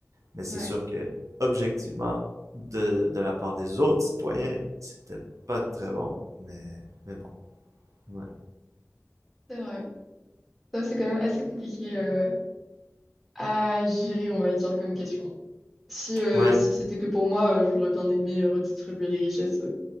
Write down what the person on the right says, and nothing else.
mais c'est
sûr que objectivement, de, de la part des autres citoyens, c'était pas très bon, mais, mais bon, ouais.
Ouais,